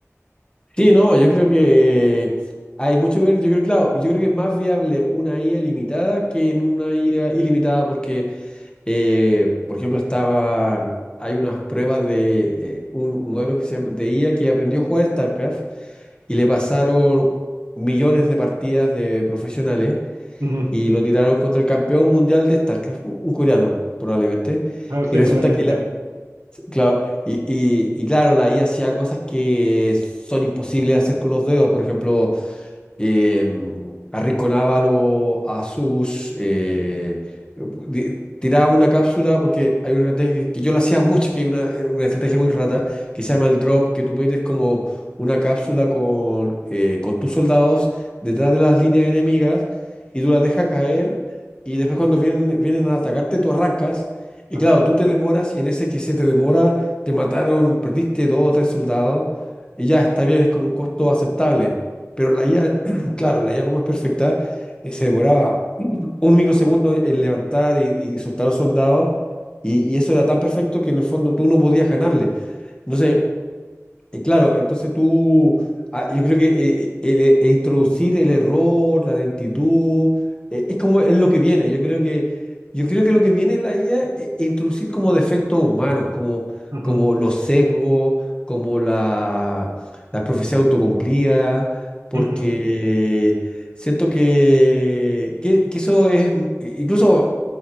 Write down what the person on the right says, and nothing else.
Ujú.
Ah, seguramente.
Ajá.
Ujú.
Ujú.